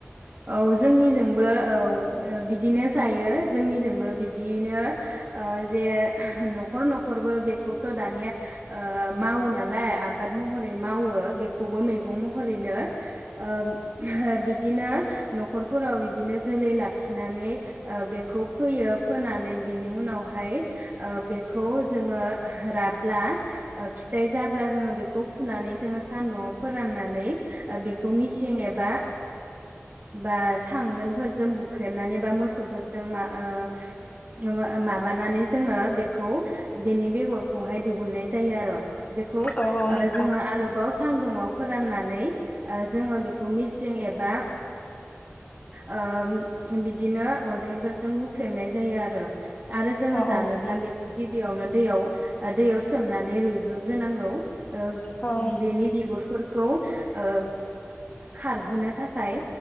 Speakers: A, on the right (about 35°); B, on the left (about 30°).
A: औ जोंनिजोंबो औ अ बिदिनो जायो जोंनिजोंबो बिदिनो ओ जे नखर नखरबो बेखौथ' दानिया ओ मावो नालाय आ आबाद महरै मावो बेखौबो मैगं महरैनो ओ बिदिनो नखरफोराव बिदिनो जोलै लाखिनानै ओ बेखौ फोयो फोनानै बिनि उनावहाय ओ बेखौ जोङो राब्ला फिथाइ जाब्ला जोङो बे खौ फुनानै जोङो सानदुंङाव फोराननानै बेखौ मिसिं एबा बा ओ थांगोनफोरजों बुख्रेबनानै बा मोसौफोरजों मा आ माबानानै जोङो बेखौ बेनि बेगरखौहाय दिहुननाय जायो आर' बेखौ ओ
B: औ औ नोंथां
A: जोङो आरोबाव सानदुङाव फोराननानै ओ जोङो बेखौ मिसिं एबा ओ उम बिदिनो अन्थाइफोरजों हुख्रेमनाय जायो आरो आरो जोङो
B: औ
A: जानोब्ला
B: औ नोंथां
A: बेखौ गिबियावनो दैयाव ओ दैयाव सोमनानै रुयहोग्रोनांगौ उम
B: औ औ
A: बिनि
B: नोंथां
A: बिगुरफोर खौ ओ खारहोनो थाखाय